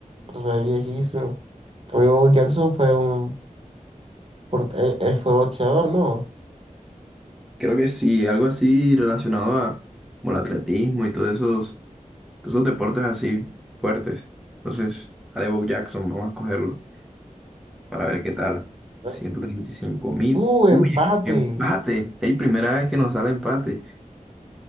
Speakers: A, on the right; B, in the centre.
A: Pero se ve viejísimo. También Bo Jackson fue un... por- Él, él fue boxeador, ¿no?
B: Creo que sí, algo así relacionado a como el atletismo y todos esos, todos esos deportes así fuertes. Entonces, haré Bo Jackson, vamos a cogerlo. para ver qué tal.
A: A
B: 135
A: ver.
B: mil.
A: ¡Uh, empate!
B: Uy, empate. Es primera vez que nos sale empate.